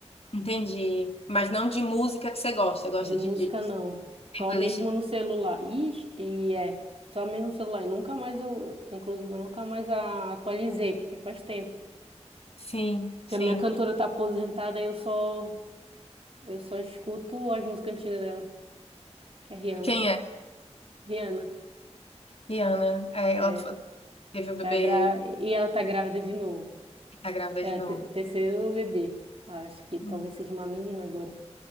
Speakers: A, on the left; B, on the right.
A: entendi. Mas não de música que você gosta, gosta
B: de música
A: de, de
B: não.
A: tem
B: Só
A: playlist
B: mesmo
A: de...
B: no celular. Ixi, e é, só mesmo no celular. E nunca mais eu, inclusive, eu nunca mais a- atualizei, porque faz tempo.
A: Sim,
B: que
A: sim.
B: a minha cantora tá aposentada, eu só Eu só escuto as músicas antigas dela, que é Rihanna.
A: Quem é?
B: Rihanna,
A: Rihanna. É,
B: é,
A: ela t- teve o bebê
B: tá gra... e ela tá grávida de novo.
A: e tá grávida
B: É
A: de novo.
B: o te- terceiro bebê. Acho que talvez
A: Hum,
B: seja uma menina agora.